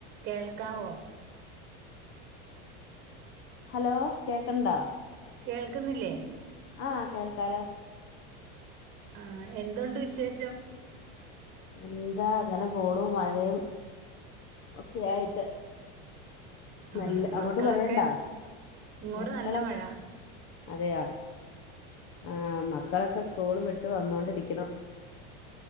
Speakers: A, on the right; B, on the left.
A: കേൾക്കാവോ?
B: ഹലോ കേക്കണ്ടാ?
A: കേൾക്കുന്നില്ലേ?
B: ആ കേൾക്കാലോ?
A: ആ എന്തുണ്ട് വിശേഷം.
B: എന്താ അങ്ങനെ പോണു മഴയും. ഒക്കെ ആയിട്ട്.
A: ആഹ്
B: നല്ല അങ്ങോട്ട്
A: മക്കളൊക്കെ
B: മഴയുണ്ടോ
A: ഇങ്ങോട്
B: മക്കള
A: നല്ല മഴ
B: അതെയാ ആ മക്കളൊക്കെ സ്കൂള് വിട്ട് വന്നോണ്ടിരിക്കുണു.